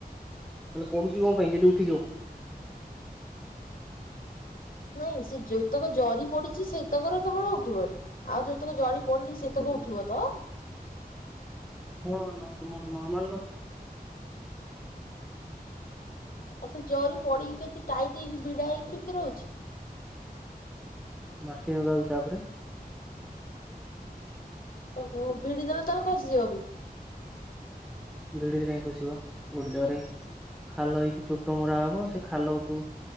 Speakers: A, in the centre; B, on the left.
A: ତାହେଲେ ପଡୁଛି କଣ ପାଇଁ ଯଦି ଉଠିଯିବ।
B: ନାଇଁ ସେ ଯେତକ ଜରି ପଡିଛି ସେତକର କେବଳ ଉଠିବନି। ଆଉ ଯୋଉତକ ଜରି ପଡିନି ସେତକ ଉଠିବ ତ।
A: ହଁ ନ ନର୍ମାଲ କଥା।
B: ଆଉ ସେ ଜରି ପଡିକି କେତେ ଟାଇଟ୍ ହେଇକି ଭିଡା ହେଇକି କେମିତି ରହୁଛି।
A: ମାଟି ନଗାଉଛି ତାପରେ।
B: ଓହୋ ଭିଡ଼ି ଦେଲେ ତାହେଲେ ଖସିଯିବ ବି।
A: ଭିଡିରେ କାହିଁ ଖସିବ ଗୋଟେ ଜାଗାରେ ଖାଲ ହେଇକି ଚୋଟ ମଡା ହବ ସେ ଖାଲ ଉପରୁ